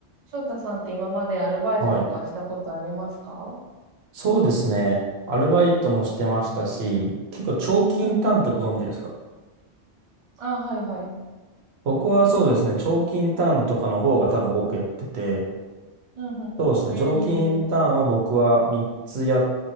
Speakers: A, on the right; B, on the right.
A: 翔太さんって今までアルバイトとかしたことありますか
B: はい。そうですね。アルバイトもしてましたし、結構長期インターンってご存知ですか
A: うんうん。ああ、はいはい。
B: 僕はそうですね、長期インターンとかの方が多分多くやってて、
A: うんうん。
B: そうですね、長期インターンは僕は3つやっ
A: へえ。